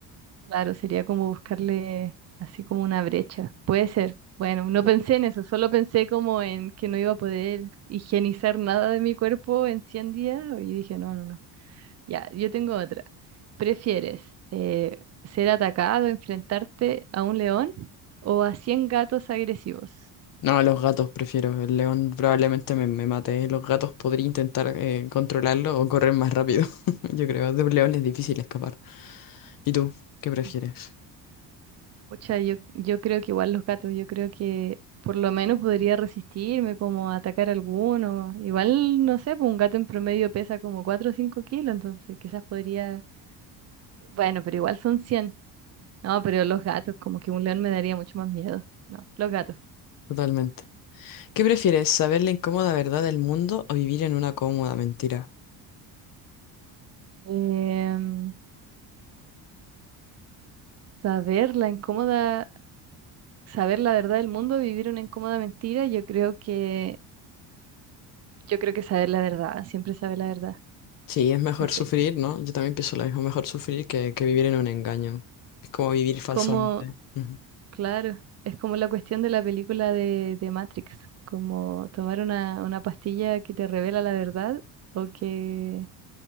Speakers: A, on the right; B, on the left.
A: claro, sería como buscarle así como una brecha. Puede ser. Bueno, no pensé en eso, solo pensé como en que no iba a poder higienizar nada de mi cuerpo en 100 días y dije, no, no, no. Ya, yo tengo otra. ¿Prefieres eh, ser atacado, enfrentarte a un león o a 100 gatos agresivos?
B: No, a los gatos prefiero. El león probablemente me, me mate. ¿eh? Los gatos podría intentar eh, controlarlo o correr más rápido. <laughs> Yo creo, de un león es difícil escapar. ¿Y tú? ¿Qué prefieres?
A: Sí. Pucha, yo, yo creo que igual los gatos, yo creo que por lo menos podría resistirme como a atacar alguno. Igual, no sé, pues un gato en promedio pesa como 4 o 5 kilos, entonces quizás podría... Bueno, pero igual son cien No, pero los gatos, como que un león me daría mucho más miedo. No, los gatos.
B: Totalmente. ¿Qué prefieres? ¿Saber la incómoda verdad del mundo o vivir en una cómoda mentira?
A: Em, saber la incómoda saber la verdad del mundo, vivir una incómoda mentira, yo creo que, yo creo que saber la verdad, siempre saber la verdad.
B: Sí, es mejor
A: No sé.
B: sufrir, ¿no? Yo también pienso lo mismo, mejor sufrir que, que vivir en un engaño. Es como vivir falsamente.
A: Como,
B: Ujú.
A: claro, es como la cuestión de la película de, de Matrix, como tomar una, una pastilla que te revela la verdad o que,